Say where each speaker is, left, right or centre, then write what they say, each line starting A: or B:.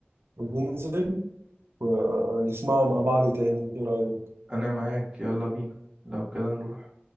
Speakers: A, on the right; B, on the right.
A: وننزل ونسمعه مع بعض تاني ايه رايك
B: انا معاك يلا بينا لو كده نروح